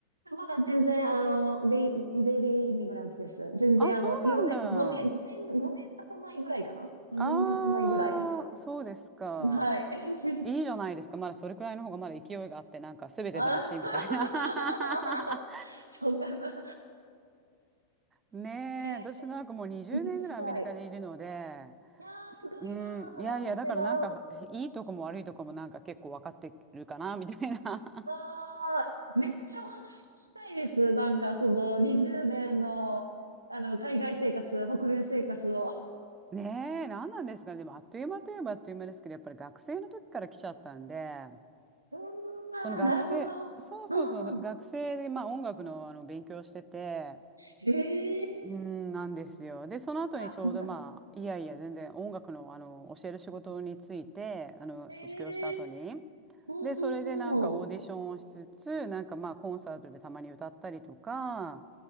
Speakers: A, on the right (about 85°); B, on the right (about 20°).
A: まだ全然、あの、ベイ、ベイビーイミグランツです。全然、
B: あ、そうなんだ。
A: あの、4年、5年、5年、5年経たないぐらいかな ?5
B: ああ、
A: 年経たないぐらい。
B: そうですか。
A: はい。<laughs>
B: いいじゃないですか。まだそれくらいの方がまだ勢いがあって、なんか全て楽しいみたいな。
A: あ <laughs>
B: <laughs>
A: そうかな。<laughs>
B: ねえ、
A: えー
B: 私なんかもう20年ぐらいアメリカにいるので、
A: お聞きしたい。いやー、すごいな
B: うん、いやいや、
A: ー。ベテラン。
B: だからなんかいいとこも悪いとこもなんか結構分かってるかな、みたいな。
A: あー、
B: <laughs>
A: めっちゃお話聞きたいです。なんか、その、20年の、あの、海外生活、北米生活を。
B: ねえ、何なんですかね。でもあっという間といえばあっという間ですけど、やっぱり学生の時から来ちゃったんで、
A: うーん、あーなるほど。
B: その学生、そうそうそう、
A: うんうん。
B: 学生でまあ音楽の、あの勉強してて、
A: えー。
B: うん、なんですよ。で、その後にちょうどまあ、
A: いや、すごい。
B: いやいや、全然音楽の、あの、教える仕事について、あの、
A: ええ
B: 卒業した後に。
A: ー。ほうんうんうん。
B: で、それでなんかオーディションをしつつ、なんかまあ、コンサートでたまに歌ったりとか、